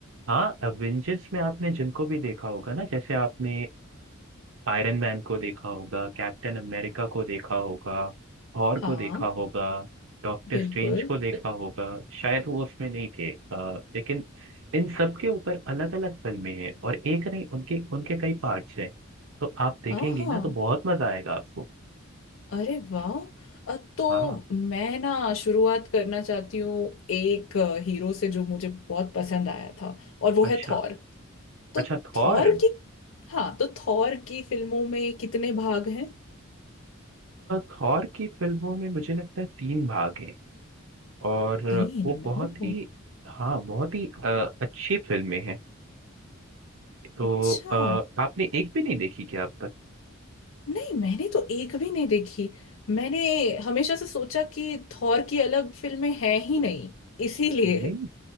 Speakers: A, on the right; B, on the left.
A: हाँ एवेंजर्स में आपने जिनको भी देखा होगा ना जैसे आपने आयरन मैन को देखा होगा कैप्टन अमेरिका को देखा होगा थॉर
B: हाँ
A: को देखा होगा डॉक्टर
B: बिल्कुल
A: स्ट्रेंज को देखा होगा शायद वो उसमें नहीं थे अ, लेकिन इन सब के ऊपर अलग अलग फिल्में हैं और एक नहीं उनके उनके कई पार्ट्स हैं तो आप देखेंगी
B: हाँ हाँ।
A: ना तो बहुत मजा आएगा आपको
B: अरे वाह अ, तो
A: हाँ
B: मैं ना शुरुआत करना चाहती हूँ एक हीरो से जो मुझे बहुत पसंद आया था और वो
A: अच्छा
B: है थॉर तो
A: अच्छा थॉर
B: थॉर की हाँ तो थॉर की फिल्मों में कितने भाग हैं
A: थॉर की फिल्मों में मुझे लगता है तीन भाग हैं और
B: तीन
A: वो बहुत
B: ओह
A: ही हाँ बहुत ही अ, अच्छी फिल्में हैं तो
B: अच्छा
A: अ, आपने एक भी नहीं देखी क्या अब तक
B: नहीं मैंने तो एक भी नहीं देखी मैंने हमेशा से सोचा कि थॉर की अलग फिल्में हैं ही नहीं इसीलिए
A: नहीं